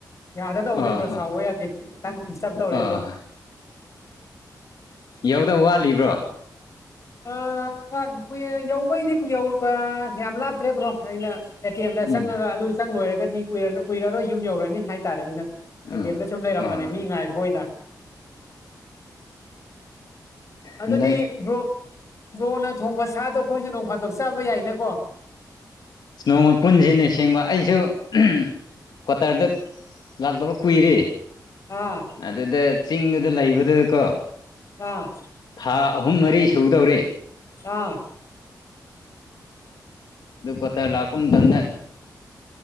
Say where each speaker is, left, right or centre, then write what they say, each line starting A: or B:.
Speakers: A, on the left; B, on the left.
A: ꯌꯥꯗ ꯇꯧꯕꯅꯤ
B: ꯑꯣ
A: ꯕ꯭ꯔꯣ
B: ꯍꯣꯏ
A: ꯁꯥꯎꯕ ꯌꯥꯗꯦ ꯈꯤꯇꯪ ꯗꯤꯁꯇꯕ ꯇꯧꯔꯦ
B: ꯑꯣ
A: ꯕ꯭ꯔꯣ꯫
B: ꯍꯣꯏ ꯌꯧꯗꯧ ꯋꯥꯠꯂꯤꯕ꯭ꯔꯣ꯫
A: ꯑ ꯑꯉꯥꯡ ꯄꯨꯌꯦ <unintelligible> ꯌꯧꯕꯩꯗꯤ ꯀꯨꯏꯍꯧ ꯌꯥꯝ ꯂꯥꯞꯇ꯭ꯔꯦ ꯕ꯭ꯔꯣ ꯑꯩꯅ_ _ ꯑꯦ ꯇꯤꯝꯗ
B: ꯎꯝ
A: ꯆꯪꯉꯒ ꯑꯗꯨ ꯆꯪ ꯂꯣꯏꯔꯒꯗꯤ ꯀꯨꯏꯔ ꯀꯨꯏꯔꯔꯣꯏ ꯌꯨꯝ ꯌꯧꯔꯅꯤ ꯍꯥꯏꯇꯥꯔꯦ ꯑꯩꯅ꯫
B: ꯑꯥ
A: ꯑꯦ ꯇꯤꯝꯗ ꯁꯨꯝ ꯂꯩꯔꯝꯕꯅꯦ
B: ꯑꯥ
A: ꯃꯤ ꯉꯥꯏꯕ ꯑꯣꯏꯅ꯫ ꯑꯗꯨꯗꯤ
B: ꯍꯟꯗꯛ
A: ꯕ꯭ꯔꯣ ꯕ꯭ꯔꯣꯅ ꯊꯣꯡꯕ ꯁꯥꯗꯣ ꯑꯈꯣꯏꯁꯖꯨ ꯅꯣꯡ ꯐꯥꯗꯣꯛ ꯆꯥꯕ ꯌꯥꯏꯅꯀꯣ꯫
B: ꯅꯣꯡꯃ ꯄꯨꯟꯖꯤꯅꯦ ꯑꯁ‌ꯦꯡꯕ ꯑꯩꯖꯨ ꯑꯝ ꯀ꯭ꯋꯥꯇꯔꯗ_ _ ꯂꯥꯛꯇꯕ ꯀꯨꯏꯔꯦ
A: ꯑꯥ
B: ꯑꯗꯨꯗ ꯆꯤꯡꯗꯨꯗ ꯂꯩꯕꯗꯨ ꯀꯣ꯫
A: ꯑꯥ_ _
B: ꯊꯥ ꯑꯍꯨꯝ ꯃꯔꯤ ꯁꯨꯗꯧꯔꯦ꯫
A: ꯑꯥ꯫
B: ꯑꯗꯨ ꯀ꯭ꯋꯥꯇꯔ ꯂꯥꯛꯄ ꯃꯇꯝꯗꯥ_ _